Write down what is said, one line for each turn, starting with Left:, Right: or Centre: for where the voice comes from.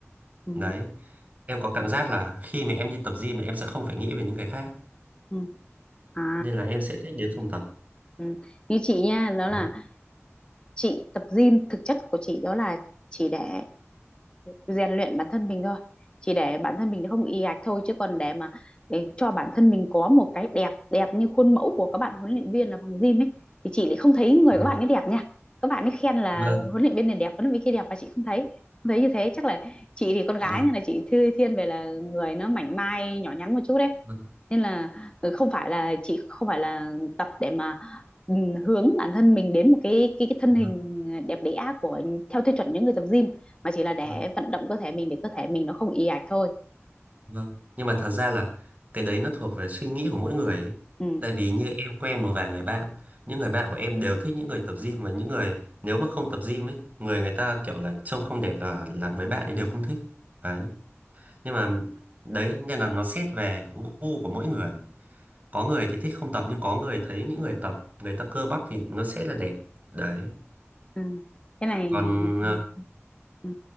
Left: ừ,
Right: đấy em có cảm giác là khi mà em đi tập gym là em sẽ không phải nghĩ về những cái khác
Left: ừ. à
Right: nên là em sẽ thích đến phòng tập
Left: ừ. như chị nha đó
Right: đấy.
Left: là chị tập gym thực chất của chị đó là chỉ để rèn luyện bản thân mình thôi chỉ để bản thân mình không ì ạch thôi chứ còn để mà để cho bản thân mình có một cái đẹp đẹp như khuôn mẫu của các bạn huấn luyện viên ở phòng gym ấy thì chị lại không thấy người
Right: Vâng.
Left: các bạn ấy đẹp nha các bạn ấy khen là
Right: Vâng.
Left: huấn luyện viên này đẹp huấn luyện viên kia đẹp và chị không thấy không thấy như thế chắc là chị thì con gái
Right: Vâng.
Left: nên là chị thư thiên về là người nó mảnh mai nhỏ nhắn một chút đấy
Right: Vâng.
Left: nên là ừ, không phải là chị không phải là tập để mà ừ, hướng bản thân mình đến một cái cái, cái thân
Right: Vâng.
Left: hình đẹp đẽ của theo tiêu chuẩn những người tập gym mà chỉ là để
Right: Vâng.
Left: vận động cơ thể mình để cơ thể mình nó không ì ạch thôi
Right: Vâng. Nhưng mà thật ra là cái đấy nó thuộc về suy nghĩ của mỗi người ấy.
Left: ừ.
Right: Tại vì như em quen một vài người bạn, những người bạn của em đều thích những người tập gym và những người nếu mà không tập gym ấy, người người ta kiểu là trông không đẹp là là mấy bạn ấy đều không thích. Đấy. Nhưng mà đấy nên là nó xét về gu của mỗi người. Có người thì thích không tập nhưng có người thấy những người tập người ta cơ bắp thì nó sẽ là đẹp. Đấy.
Left: ừ. cái này
Right: Còn
Left: ừ.
Right: ờ,
Left: Ừ.